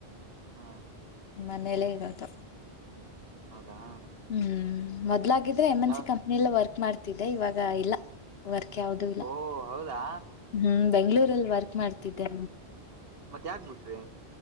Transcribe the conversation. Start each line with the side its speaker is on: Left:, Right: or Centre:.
Right: ಹಾ
Left: ಮನೇಲ್ಲೇ ಇರದು.
Right: ಹೌದಾ
Left: ಹ್ಮ್ ಮೊದ್ಲಾಗಿದ್ರೆ ಎಮ್ ಎನ್
Right: ಯಾವ
Left: ಸಿ ಕಂಪ್ನಿಲೇ ವರ್ಕ್ ಮಾಡ್ತಿದ್ದೆ ಇವಾಗ ಇಲ್ಲ. ವರ್ಕ್ ಯಾವ್ದೂ ಇಲ್ಲ
Right: ಓ ಹೌದಾ
Left: ಹ್ಮ್ ಬೆಂಗ್ಳೂರಲ್ಲಿ ವರ್ಕ್ ಮಾಡ್ತಿದ್ದೇ.
Right: ಮತ್ತ ಯಾಕ್ ಬಿಟ್ರಿ